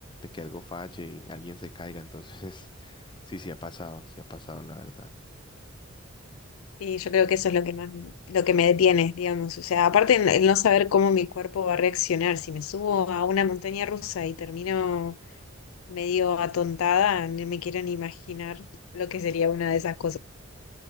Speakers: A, on the left; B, on the left.
A: que algo falle y alguien se caiga. Entonces, <laughs> sí, sí ha pasado, sí ha pasado, la verdad.
B: Y yo creo que eso es lo que más, lo que me detiene, digamos. O sea, aparte el el no saber cómo mi cuerpo va a reaccionar, si me subo a una montaña rusa y termino medio atontada, no me quiero ni imaginar lo que sería una de esas cosas.